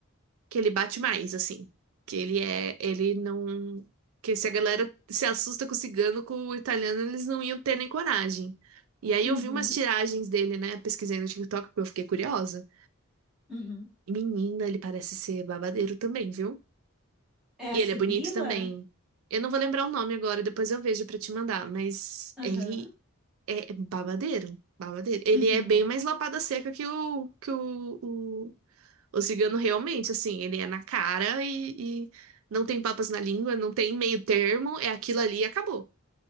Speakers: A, on the right; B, in the centre.
A: que ele bate mais, assim. Que ele é. Ele não. Que se a galera se assusta com o cigano, com o italiano, eles não iam ter nem coragem. E aí
B: uhum,
A: eu vi umas tiragens dele, né? Pesquisei no TikTok, porque eu fiquei curiosa.
B: uhum.
A: E, menina, ele parece ser babadeiro também, viu?
B: É
A: E
B: a
A: ele
B: Sibila?
A: é bonito também. Eu não vou lembrar o nome agora, depois eu vejo pra te mandar, mas
B: Aham,
A: ele é é babadeiro, babadeiro. Ele
B: uhum,
A: é bem mais lapada seca que o que o, o, o cigano realmente, assim, ele é na cara e, e não tem papas na língua, não tem meio termo, é aquilo ali e acabou.